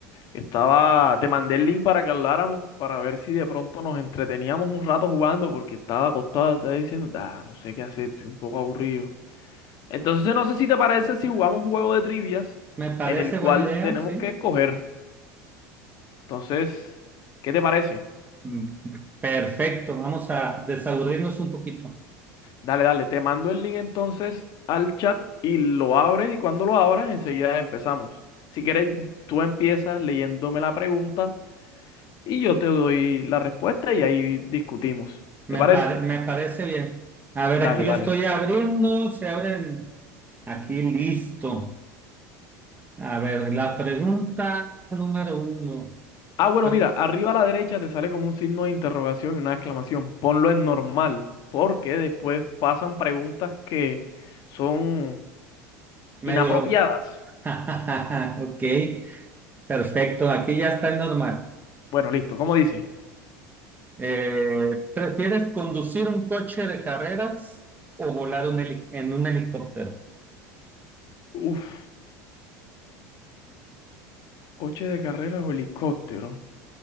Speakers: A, on the left; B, on the right.
A: Estaba, te mandé el link para que habláramos, para ver si de pronto nos entreteníamos un rato jugando, porque estaba acostado, estaba diciendo, ah, no sé qué hacer, estoy un poco aburrido. Entonces, no sé si te parece si jugamos un juego de trivias
B: Me parece
A: en el cual
B: buena idea,
A: tenemos
B: sí.
A: que escoger. Entonces, ¿qué te parece?
B: Mm, Perfecto, vamos a desaburrirnos un poquito.
A: Dale, dale, te mando el link entonces al chat y lo abres y cuando lo abras enseguida empezamos. Si quieres, tú empiezas leyéndome la pregunta y yo te doy la respuesta y ahí discutimos.
B: Me
A: ¿Te parece?
B: pare- me parece bien. A ver,
A: Dale,
B: aquí lo
A: dale.
B: estoy abriendo, se abren aquí listo. A ver, la pregunta número uno.
A: Ah, bueno,
B: Eh,
A: mira, arriba a la derecha te sale como un signo de interrogación y una exclamación. Ponlo en normal, porque después pasan preguntas que son
B: Medio.
A: inapropiadas.
B: <laughs> Ok, perfecto, aquí ya está normal.
A: Bueno, listo, ¿cómo dice?
B: Eh, ¿prefieres conducir un coche de carreras o volar un heli- en un helicóptero?
A: Uf, coche de carrera o helicóptero.